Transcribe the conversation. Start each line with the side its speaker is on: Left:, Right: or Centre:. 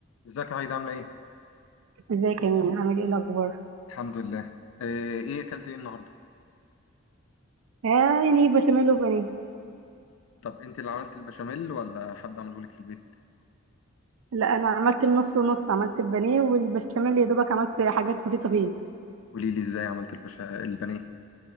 Left: ازيك يا عايدة عاملة ايه؟
Right: ازيك يا مين عامل ايه الاخبار
Left: الحمد لله آه، ايه اكلت ايه النهاردة؟
Right: آه يعني بشاميل وبانيه
Left: طب انت اللي عملت البشاميل ولا حد عمله لك في البيت؟
Right: لا انا عملت النص ونص عملت البانيه والبشاميل يا دوبك عملت حاجات بسيطه فيه
Left: قولي لي ازاي عملت البشا... البانيه